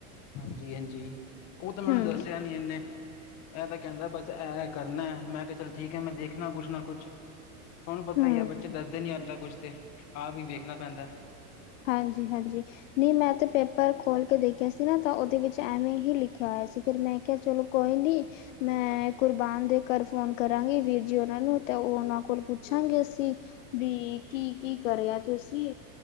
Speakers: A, on the left; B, on the left.
A: ਹਾਂਜੀ-ਹਾਂਜੀ, ਉਹ ਤੇ ਮੈਡਮ
B: ਹਮ
A: ਦੱਸਿਆ ਨੀ ਇਨੇ ਇਹ ਤਾਂ ਕਹਿੰਦਾ ਬਸ ਇਹ ਇਹ, ਕਰਨਾ ਮੈਂ ਕਿਹਾ ਚੱਲ ਠੀਕ ਹੈ ਮੈਂ ਦੇਖਣਾ ਕੁਛ ਨਾ ਕੁਛ ਥੋਨੂੰ ਪਤਾ
B: ਹਮ
A: ਹੀ ਹੈ ਬੱਚੇ ਦੱਸਦੇ ਨੀ ਆਦਾ ਕੁਛ ਤੇ ਆਪ ਹੀ ਵੇਖਣਾ ਪੈਂਦਾ
B: ਹਾਂਜੀ, ਹਾਂਜੀ। ਨਹੀਂ, ਮੈਂ ਤੇ ਪੇਪਰ ਖੋਲ ਕੇ ਦੇਖਿਆ ਸੀ ਨਾ, ਤਾਂ ਉਹਦੇ ਵਿੱਚ ਐਮਏ ਹੀ ਲਿਖਿਆ ਹੋਇਆ ਸੀ ਫਿਰ ਮੈਂ ਕਿਹਾ, ਚਲੋ ਕੋਈ ਨੀ ਮੈਂ ਕੁਰਬਾਨ ਦੇ ਘਰ ਫੋਨ ਕਰਾਂਗੀ ਵੀਰ ਜੀ ਹੋਰਾ ਨੂੰ ਤੇ ਉਹ ਉਹਨਾਂ ਕੋਲ ਪੁੱਛਾਂਗੇ ਅਸੀਂ ਵੀ ਕੀ-ਕੀ ਕਰਿਆ ਤੁਸੀਂ